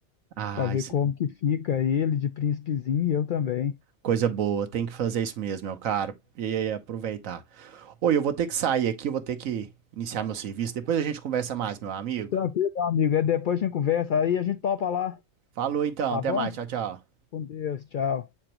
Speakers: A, on the right; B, on the left.
A: Ah,
B: Para ver
A: isso.
B: como que fica ele de príncipezinho e eu também.
A: Coisa boa, tem que fazer isso mesmo, meu caro. E aí, aproveitar. Oi, eu vou ter que sair aqui, eu vou ter que iniciar meu serviço. Depois a gente conversa mais, meu amigo.
B: Tranquilo, meu amigo, é depois a gente conversa, aí a gente topa lá,
A: Falou então,
B: tá
A: até
B: bom?
A: mais, tchau, tchau.
B: Com Deus, tchau.